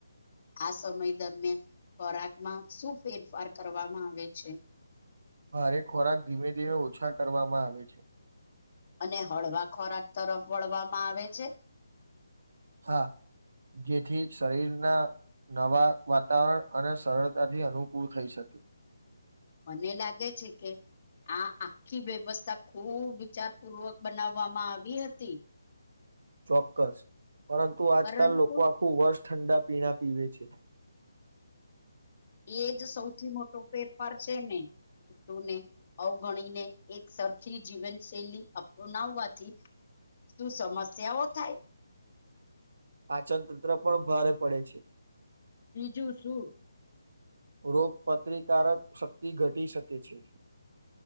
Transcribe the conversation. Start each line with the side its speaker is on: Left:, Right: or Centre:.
Left: આ સમય દરમિયાન ખોરાકમાં શું ફેરફાર કરવામાં આવે છે?
Right: ભારે ખોરાક ધીમે ધીમે ઓછા કરવામાં આવે છે.
Left: અને હળવા ખોરાક તરફ વળવામાં આવે છે.
Right: હા જેથી શરીરના નવા વાતાવરણ અને સરળતાથી અનુકૂળ થઈ શકે.
Left: મને લાગે છે કે આ આખી વ્યવસ્થા ખુબ વિચાર પૂર્વક બનાવવામાં આવી હતી
Right: ચોક્કસ પરંતુ આજકાલ
Left: પરંતુ
Right: લોકો આખું વર્ષ ઠંડા પીણા પીવે છે.
Left: એજ સૌથી મોટો પેપાર છે ને ઋતુ ને અવગણીને એક સરખી જીવનશૈલી અપનાવવાથી શું સમસ્યાઓ થાય.
Right: પાચન તંત્ર પણ ભારે પડે છે.
Left: બીજું શું
Right: રોગપત્રિકારક શક્તિ ઘટી શકે છે.